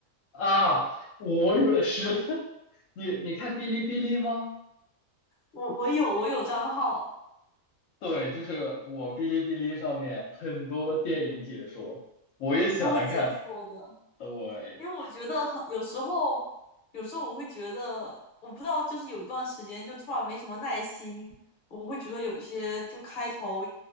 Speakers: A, on the left; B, on the left.
A: 啊，我也是。<laughs> 你你看哔哩哔哩吗？
B: 我我有我有账号，
A: 对，就是我哔哩哔哩上面很多电影解说，我也喜欢看。
B: 都是解说的。
A: 对，
B: 因为我觉得很有时候，有时候我会觉得，我不知道，就是有一段时间就突然没什么耐心，我会觉得有些就开头